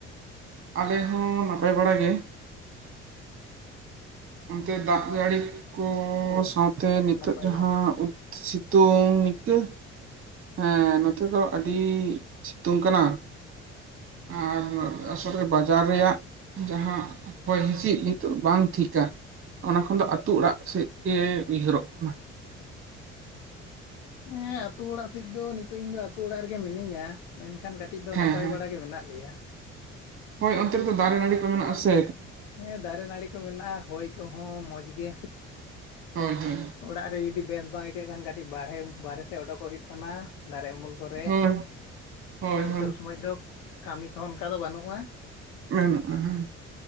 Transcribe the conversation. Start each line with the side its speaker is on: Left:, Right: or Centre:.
Right: ᱟᱞᱮ ᱦᱚᱸ ᱱᱟᱯᱟᱭ ᱵᱟᱲᱟᱜ ᱜᱮ᱾ ᱚᱱᱛᱮ ᱫᱟᱜ ᱡᱟᱹᱲᱤ ᱠᱚ
Left: ᱚ
Right: ᱥᱟᱶᱛᱮ
Left: ᱟᱞᱮ
Right: ᱱᱤᱛᱚᱜ
Left: ᱢᱟ ᱱᱟᱯᱟᱭ
Right: ᱡᱟᱦᱟᱸ
Left: ᱜᱮ
Right: ᱥᱤᱛᱳᱝ ᱤᱱᱠᱟᱹ ᱦᱮᱸ ᱱᱚᱛᱮ ᱫᱚ ᱟᱹᱰᱤ ᱥᱤᱛᱩᱝ ᱠᱟᱱᱟ᱾ ᱟᱨ ᱟᱥᱚᱞ ᱨᱮ ᱵᱟᱡᱟᱨ ᱨᱮᱭᱟᱜ ᱡᱟᱦᱟᱸ ᱦᱚᱭ ᱦᱤᱸᱥᱤᱫ ᱱᱤᱛᱚᱜ ᱵᱟᱝ ᱴᱷᱤᱠ ᱟ ᱾ ᱚᱱᱟ ᱠᱷᱚᱱ ᱫᱚ ᱟᱹᱛᱩ ᱚᱲᱟᱜ ᱥᱮᱫ ᱜᱮ ᱩᱭᱦᱟᱹᱨᱚᱜ ᱠᱟᱱᱟ᱾
Left: ᱦᱮᱸ ᱟᱛᱳ ᱚᱲᱟᱜ ᱥᱮᱡ ᱫᱚ ᱱᱤᱛᱚᱜ ᱤᱧ ᱫᱚ ᱟᱛᱳ ᱚᱲᱟᱜ ᱨᱮᱜᱮ ᱢᱤᱱᱟᱹᱧᱟ ᱢᱮᱱᱠᱷᱟᱱ ᱠᱟᱹᱴᱤᱡ ᱠᱟᱴᱤᱡ ᱫᱚ
Right: ᱦᱮᱸ
Left: ᱱᱟᱯᱟᱭ
Right: ᱦᱮᱸ
Left: ᱵᱟᱲᱟ ᱜᱮ ᱢᱮᱱᱟᱜ ᱞᱮᱭᱟ
Right: ᱦᱳᱭ ᱚᱱᱛᱮ ᱨᱮ ᱫᱚ ᱫᱟᱨᱮ ᱱᱟᱲᱤ ᱠᱚ ᱢᱮᱱᱟᱜᱼᱟᱥᱮ
Left: ᱦᱮᱸ ᱫᱟᱨᱮ ᱱᱟᱹᱲᱤ ᱠᱚ ᱢᱮᱱᱟᱜᱼᱟ ᱦᱚᱭ ᱠᱚᱦᱚᱸ ᱢᱚᱡᱽ ᱜᱮ
Right: ᱦᱳᱭ ᱦᱳᱭ
Left: ᱚᱲᱟᱜ ᱨᱮ ᱡᱩᱫᱤ ᱵᱮᱥ ᱵᱟᱝ ᱟᱹᱭᱠᱟᱹᱜ ᱠᱷᱟᱱ ᱠᱟᱹᱴᱤᱡ ᱵᱟᱨᱦᱮ ᱵᱟᱦᱨᱮ ᱥᱮᱜ ᱳᱰᱳᱚᱠᱚᱜ ᱦᱩᱭᱩᱜ ᱠᱟᱱᱟ ᱫᱟᱨᱮ ᱩᱢᱩᱞ ᱠᱚᱨᱮ
Right: ᱦᱳᱭ ᱦᱳᱭ
Left: ᱱᱤᱛᱚᱜ
Right: ᱦᱳᱭ
Left: ᱥᱚᱢᱚᱭ ᱫᱚ ᱠᱟᱹᱢᱤ ᱠᱚᱦᱚᱸ ᱚᱱᱠᱟ ᱫᱚ ᱵᱟᱹᱱᱩᱜᱼᱟ᱾
Right: <unintelligible>